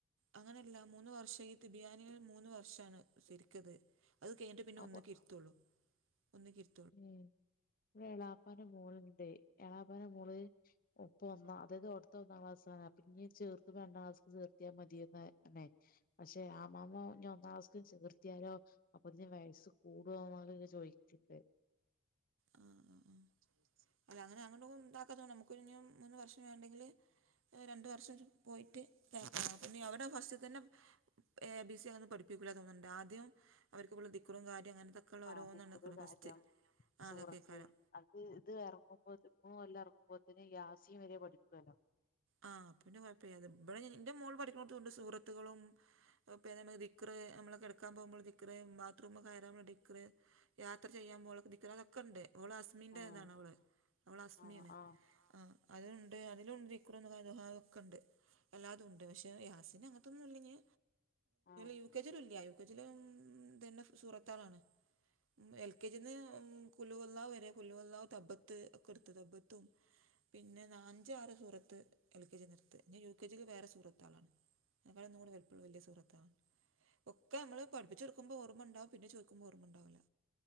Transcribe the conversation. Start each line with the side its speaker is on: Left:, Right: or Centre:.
Right: അങ്ങനല്ല മൂന്ന് വർഷം ഈ തിബ് യാന് മൂന്ന് വർഷാണ് ശരിക്കത് അത് കഴിഞ്ഞിട്ട് പിന്നെ
Left: അപ്പൊ
Right: ഒന്ന്ക്കിര് ത്തൊള്ളൂ ഒന്ന്ക്കിര്
Left: ഉം ഇവടെ എളാപ്പാൻ്റെ മോള്ണ്ട് എളാപ്പാന മോള് ഓപ്പൊ ഒന്നാ അതാത് ഓട്ത്ത ഒന്നാം ക്ലാസ്സാണ് അപ്പൊ ഇഞ് ചേർത്തുമ്പൊ രണ്ടാം ക്ലാസ്ക്ക് ചേർത്ത്യ മതിയന്നേ അതെ പക്ഷെ ആ മാമോ ഇഞ്ഒന്നാ ക്ലാസ്ക്ക് ചേർത്താലോ അപ്പൊ ഇഞ് വയസ്സ് കൂടോ എ <unintelligible> ചോയി ചിപ്പേ
Right: ആഹ് ആ ആ അല്ല അങ്ങനെ അങ്ങോട്ട ഇണ്ടാക്കാതൊണ്ട് നമക്ക് ഒരു ഞ് മൂന്ന് വർഷം വേണ്ടെങ്കില് രണ്ടു വർഷം പോയിട്ട് കേക്ക അപ്പ അവിടെ ഫസ്റ്റ് തന്നെ എ ബി സി അന പഠപ്പിക്കില്ല തോുന്നുണ്ട് ആദ്യം അവർക്കിള്ള ദിക്കറും കാര്യവും അങ്ങനത്തെ ഓരോന്നാണ്
Left: ആദ്യത്തത്
Right: കുണു
Left: കാര്യം
Right: ഫസ്റ്റ് ആ
Left: സൂറത്ത്
Right: അതൊക്കെകാരം
Left: അത് ഇത് ഇറങ്ങുമ്പോ മൂന്നൊല്ലാം ഇറങ്ങുമ്പോതിന് യാസീൻവരെ പഠിപ്പിക്കുവല്ലോ
Right: ആ് അപ്പപിന്നെ കുഴപ്പല്ല അത്ബടെ ന്റെ മോള് പഠിക്ക്ണോടത്തുണ്ട് സൂറത്തുകളും അപിന്നെ നമക്ക് ദിക്ക്റ് നമ്മള് കെടക്കാ പോകുമ്പോള്ള ദിക്ക്റ് ബാത്റൂമേ കയറാള്ളദിക്ക്റ് യാത്ര ചെയ്യാൻപോളോക്കെ ദിക്ർ അതൊക്കെണ്ട്ഓൾഅസ്മിന്റെ
Left: ആഹ്
Right: ഇതാണ് അവള് അവള് അസ്മി
Left: ആഹ്
Right: അണ്
Left: ആഹ്
Right: ആഹ് അതിലുണ്ട് അതിലുണ്ട് ദിക്ർ ദുആക്കെണ്ട് എല്ലാതും ഉണ്ട് പക്ഷെ യാസീനങ്ങനതൊന്നും ഇല്ലഞ്
Left: ആഹ്
Right: യു കെ ജിലും ഇല്ല യു കെ ജിലും ഇതന്റെ സുറത്ളാണ് എൽ കെ ജിന്ന് കുൽഹുവള്ളാഹ് വരെ കുലുവെള്ളാഹ് തബത്ത് ക്കെ എട്ത് തബത്തും പിന്നെ നാ അഞ്ചുആറ് സൂറത് എൽ കെ ജിന്ന്ട്ത്. ഇനി യു കെ ജീല് വേറെ സൂറത്തളാണ് അയ്നേക്കാളും ഒന്നുകൂടി വൽപ്പള്ള വല്യ സൂറ ഒക്കെ നമ്മള് പഠിപ്പിചൊടുക്കുമ്പോൾ ഓർമ്മണ്ടാവും പിന്നെ ചോയ്ക്കുമ്പോ ഓർമ്മണ്ടാവൂല്ല